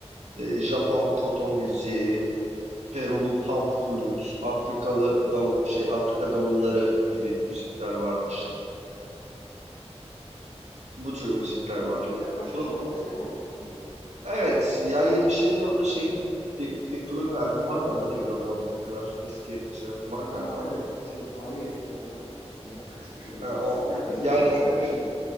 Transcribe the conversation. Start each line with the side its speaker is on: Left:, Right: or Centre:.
Right: E, Japon koto müziği, Perulu panflüt, Afrikalı dav şey Afrika davulları gibi müzikler varmış.
Left: Hı.
Right: Bu tür müzikler
Left: Tamam
Right: var.
Left: dur yaklaşmışım
Right: Bunu-
Left: ama şey yapamamışım yani.
Right: evet, yani 77 yılında
Left: Tam
Right: şeyin Pi- Pink Floyd'un albüm var mı? Ondan emin olamadım ne kadar eski şey yaptı var
Left: aa
Right: galiba
Left: evet
Right: da.
Left: şey tarih eski ondan oradan kaçırmış olabiliriz.
Right: E, o
Left: Ya biz
Right: yani
Left: o zaman şöyle
Right: o-
Left: düşünelim.